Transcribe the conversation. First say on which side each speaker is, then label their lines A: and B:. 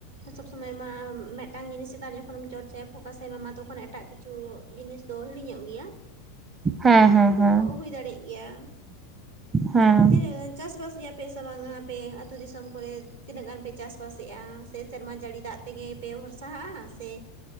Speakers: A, on the right; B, on the right.
A: ᱥᱚᱵᱽ ᱥᱚᱢᱚᱭ ᱢᱟ ᱢᱤᱫᱴᱟᱝ ᱡᱤᱱᱤᱥ ᱱᱮᱛᱟᱨ ᱡᱚᱠᱷᱚᱱᱮᱢ ᱪᱚᱨᱪᱟᱭᱟ ᱯᱷᱳᱠᱟᱥᱮᱢ ᱮᱢᱟᱢᱟ ᱛᱚᱠᱷᱚᱱ ᱮᱴᱟᱜ ᱠᱤᱪᱷᱩ ᱡᱤᱱᱤᱥ ᱫᱚ ᱦᱤᱲᱤᱧᱚᱜ ᱜᱮᱭᱟ
B: ᱦᱮᱸ
A: ᱚᱱᱟ
B: ᱦᱮᱸ
A: ᱠᱚᱫᱚ
B: ᱦᱮᱸ
A: ᱦᱩᱭ ᱫᱟᱲᱮᱭᱟᱜ ᱜᱮᱭᱟ
B: ᱦᱮᱸ
A: ᱛᱟᱨᱯᱚᱨᱮ ᱛᱤᱱᱟᱹᱜ ᱪᱟᱥᱵᱟᱥ ᱜᱮᱭᱟ ᱟᱯᱮ ᱥᱮ ᱵᱟᱝ ᱟᱯᱮ ᱟ ᱟᱹᱛᱩᱳ ᱫᱤᱥᱚᱢ ᱠᱚᱨᱮ ᱛᱤᱱᱟᱹᱜ ᱜᱟᱱ ᱯᱮ ᱪᱟᱥᱵᱥᱮᱫᱼᱟ ᱥᱮ ᱥᱮᱨᱢᱟ ᱡᱟᱹᱲᱤ ᱫᱟᱜ ᱛᱮᱜᱮ ᱯᱮ ᱵᱷᱚᱨᱥᱟᱦᱟᱜᱼᱟ ᱥᱮ